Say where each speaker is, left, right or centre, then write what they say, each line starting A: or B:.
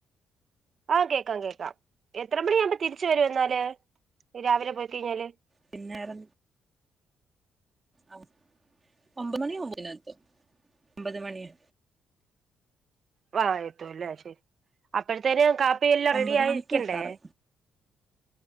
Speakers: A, on the right; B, on the right.
A: ആഹ് കേക്കാം കേക്കാം എത്ര മണി ആമ്പം തിരിച്ച് വരും എന്നാല് രാവിലെ പോയി കഴിഞ്ഞാല്-
B: പിന്നാരാ ആഹ് ഒമ്പത് മണി ആവുമ്പത്തിനെത്തും ഒമ്പത് മണിയാ
A: വാ എത്തൂല്ലേ ശരി അപ്പഴത്തേന് കാ കാപ്പി എല്ലാം
B: ഒമ്പത്
A: റെഡി ആയി
B: മണിക്ക്
A: നിക്കണ്ടേ?
B: എത്താറ്